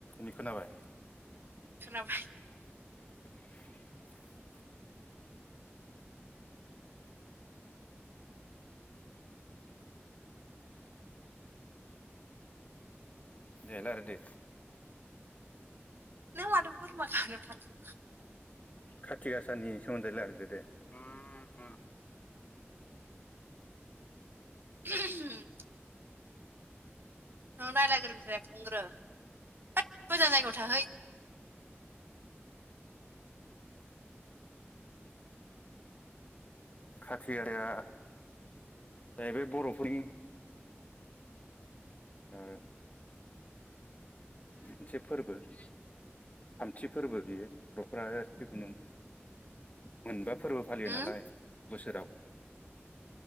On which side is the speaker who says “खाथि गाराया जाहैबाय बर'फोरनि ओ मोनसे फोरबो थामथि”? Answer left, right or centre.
Left